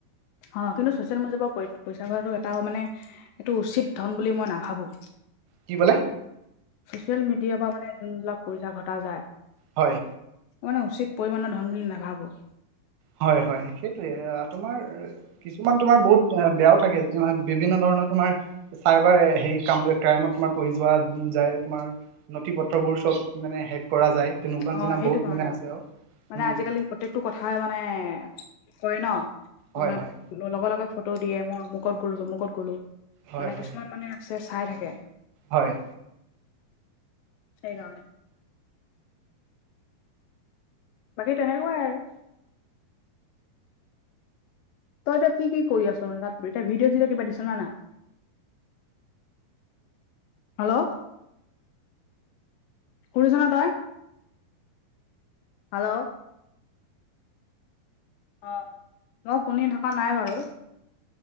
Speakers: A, on the left; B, on the right.
A: অ', কিন্তু ছচিয়েল মিডিয়াৰ পৰা পইচা ঘটাটো এটা মানে এইটো উচিত ধন বুলি মই নাভাবো।
B: কি বোলে
A: ছচিয়েল মিডিয়াৰ পৰা মানে যোনবিলাক পইচা ঘটা যায়।
B: হয়।
A: মানে উচিত পৰিমণৰ ধন বুলি নাভাবো।
B: হয় হয় সেইটোৱে, আ তোমাৰ কিছুমান তোমাৰ বহুত অ', বেয়াও থাকে তোমাৰ বিভিন্ন ধৰণৰ তোমাৰ চাইবাৰ হেৰি কাম ক্ৰাইমত তোমাৰ পৰি যোৱা যায় তোমাৰ, নথি পত্ৰবোৰ চব মানে হেক কৰা যায় তেনেকুৱা
A: অ',
B: নিচিনা
A: সেইটো
B: বহুত
A: কাৰণে
B: মানে আছে আৰু,
A: মানে
B: উম
A: আজিকালি প্ৰত্যেকটো কথাই মানে কয় ন',
B: হয়
A: মানে
B: হয়
A: লগে লগে ফটো দিয়ে মই অমুকত গ'লো তমুকত গ'লো,
B: হয়
A: মানে কিছুমান
B: হয়
A: মানে চে চাই থাকে,
B: হয়
A: সেইকাৰণে। বাকী তেনেকুৱাই আৰু। তই এতিয়া কি কি কৰি আছ মানে তাত এতিয়া ভিডিঅ' চিডিঅ' কিবা দিছ নে নাই? হেল্ল'। শুনিছনে তই? হেল্ল'। অ' মই শুনি থকা নাই বাৰু।